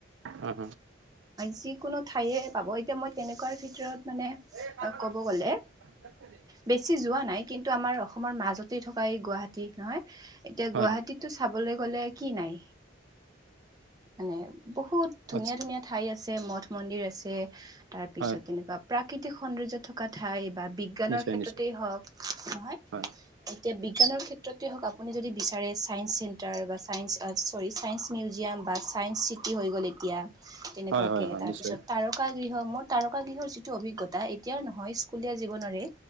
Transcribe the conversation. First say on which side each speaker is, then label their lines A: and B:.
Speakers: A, on the right; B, on the right.
A: হয় হয়
B: যিকোনো ঠায়ে পাব এতিয়া মই তেনেকোৱাৰ ভিতৰত মানে
A: <unintelligible>
B: ক'ব গ'লে বেছি যোৱা নাই কিন্তু আমাৰ অসমৰ মাজতেই থকা এই গুৱাহাটী নহয় এতিয়া
A: হয়
B: গুৱাহাটীত
A: হয়
B: চাবলৈ গ'লে কি নাই মানে বহুত ধুনীয়া
A: আচ্ছা
B: ধুনীয়া ঠাই আছে মঠ মন্দিৰ আছে তাৰ পিছত
A: হয়
B: তেনেকোৱা প্ৰাকৃতিক সৌন্দৰ্য থ কথাই বা বিজ্ঞানৰ
A: নিশ্চয়
B: ক্ষেত্ৰতেই
A: নিশ্চয়
B: হওক নহয়
A: হয়
B: এতিয়া বিজ্ঞানৰ ক্ষেত্ৰতে হওক আপুনি যদি বিচাৰে চাইন্ঞ্চ চি তাৰ বা ছায়েঞ্চ চৰি ছায়েন্স মিউজিয়াম বা ছায়েঞ্চ চিটি হৈ গ'ল এতিয়া তেনেকোৱাকে
A: হয় হয় হয়
B: তাৰ
A: নিশ্চয়
B: পিছত তাৰ কা গৃহ মোৰ তাৰকা গৃহৰ যিটো অভিজ্ঞতা এতিয়াৰ নহয় স্কুলীয়া জীৱনৰে